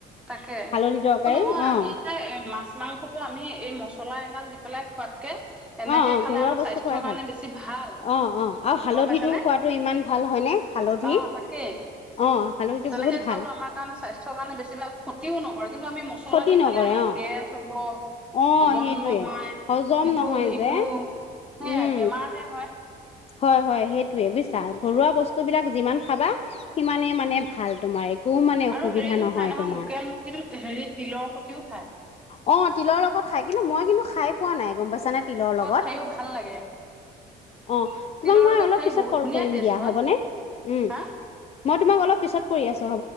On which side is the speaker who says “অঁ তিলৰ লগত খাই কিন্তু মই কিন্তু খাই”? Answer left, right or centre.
Left